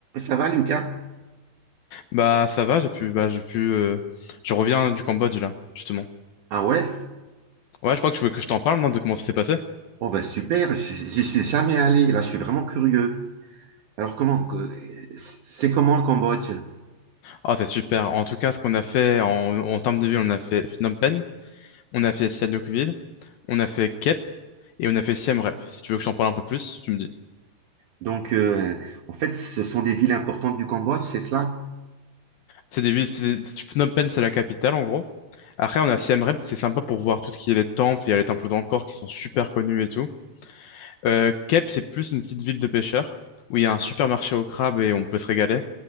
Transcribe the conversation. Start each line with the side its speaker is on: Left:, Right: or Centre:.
Right: Ça va, Lucas?
Left: Bah ça va, j'ai pu, bah j'ai pu, euh, je reviens du Cambodge là, justement.
Right: Ah ouais?
Left: Ouais, je crois que tu veux que je t'en parle, non, de comment ça s'est passé?
Right: Oh ben super, j- j'y suis jamais allé. Là, je suis vraiment curieux. Alors comment que- c'est comment le Cambodge?
Left: Ah, c'est super. En tout cas, ce qu'on a fait en, en termes de ville, on a fait Phnom Penh, on a fait Sihanoukville, on a fait Kep et on a fait Siem Reap. Si tu veux que je t'en parle un peu plus, tu me dis.
Right: Donc euh, en fait, ce sont des villes importantes du Cambodge, c'est cela?
Left: C'est des villes, c'est- Phnom Penh, c'est la capitale en gros. Après, on a Siem Reap, c'est sympa pour voir tout ce qui est les temples. Il y a les temples d'Angkor qui sont super connus et tout. Euh, Kep, c'est plus une petite ville de pêcheurs où il y a un supermarché au crabe et on peut se régaler.